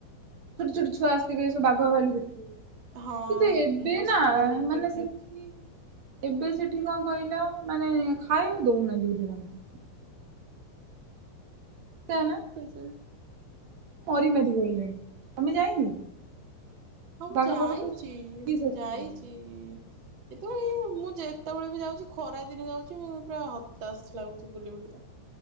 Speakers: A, on the right (about 50°); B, on the right (about 65°).
A: ଛୋଟ ଛୋଟ ଛୁଆ ଆସଥିବେ ସବୁ ବାଘ ଭାଲୁ ଦେଖିବେ ବୋଲି।
B: ହଁ
A: କିନ୍ତୁ ଏବେ
B: ଯୋଉ
A: ନା
B: ସ୍କୁଲ
A: ମାନେ
B: ପିକନିକ
A: ସେଠି ଏବେ ସେଠି କଣ କହିଲ ମାନେ ଖାଇବାକୁ ଦଉନାହାନ୍ତି ବୋଧେ ତାଙ୍କୁ। ସେୟା ନା?
B: ଆଚ୍ଛା।
A: ମରି ମାରି ଗଲେ, ତୋମେ ଯାଇନ କି?
B: ହଁ, ମୁଁ
A: ବାଘ
B: ଯାଇଚି,
A: ଫାଗ ସବୁ ଶୁଖି
B: ମୁଁ
A: ଶାଖି
B: ଯାଇଚି।
A: ଗଲେଣି।
B: କିନ୍ତୁ ଏଇ ମୁଁ ଯେତେବେଳେ ବି ଯାଉଚି ଖରା ଦିନେ ଯାଉଚି, ମୁଁ ପୁରା ହତାଶ୍ ଲାଗୁଚି ବୁଲି ବୁଲିକା।